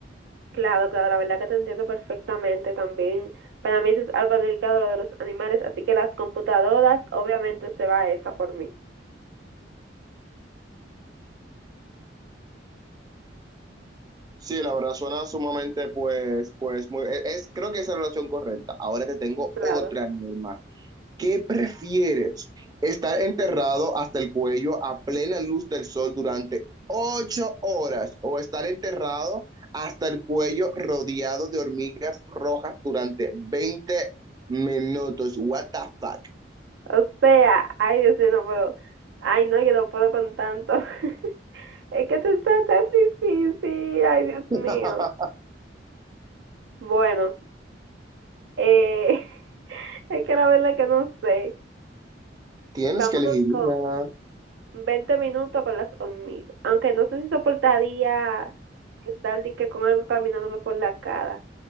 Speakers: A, on the right; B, on the right.
A: Claro, claro, la verdad que te entiendo perfectamente también. Para mí eso es algo delicado lo de los animales, así que las computadoras, obviamente se va esa por mí.
B: Sí, la verdad suena sumamente pues pues muy es, es- creo que esa es la relación correcta. Ahora te tengo
A: Claro.
B: otra, mi hermano. ¿Qué prefieres? ¿Estar enterrado hasta el cuello a plena luz del sol durante ocho horas o estar enterrado hasta el cuello rodeado de hormigas rojas durante veinte minutos? What the fuck?
A: O sea, ay Dios mío, no puedo. Ay no, yo no puedo con tanto. <laughs> Es que esto está tan difícil, ay Dios
B: <laughs>
A: mío. Bueno, eh, <laughs> es que la verdad que no sé.
B: Tienes
A: Vámonos
B: que elegir una.
A: con 20 minutos con las hormigas. Aunque no sé si soportaría estar de que con algo caminándome por la cara.